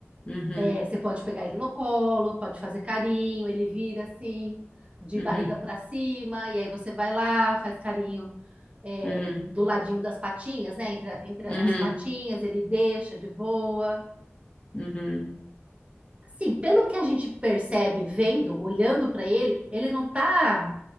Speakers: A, on the left; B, on the right.
A: Uhum.
B: É, você pode pegar ele no colo, pode fazer carinho, ele vira assim, de
A: Uhum.
B: barriga para cima, e aí você vai lá, faz carinho é,
A: Uhum.
B: do ladinho das patinhas, né? Entre, a- entre as
A: Uhum.
B: patinhas, ele deixa de boa.
A: Uhum.
B: Assim, pelo que a gente percebe vendo, olhando para ele, ele não tá